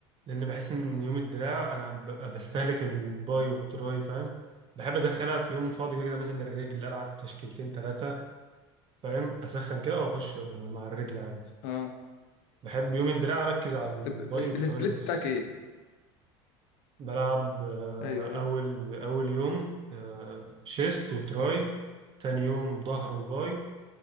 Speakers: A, on the right; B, on the left.
A: لان بحس ان يوم الدراع انا ببقى بستهلك الباي والتراي فاهم بحب ادخلها في يوم فاضي كده كده، مثلا الرجل العب تشكيلتين ثلاثه فاهم اسخن كده واخش مع الرجل عادي
B: اه
A: بحب يوم الدراع اركز على الباي
B: طب بس
A: والتراي
B: السبليت
A: بس
B: بتاعك ايه
A: بلعب آه،
B: ايوه ايوه
A: اول اول يوم آه، شيست وتراي تاني يوم ظهر وباي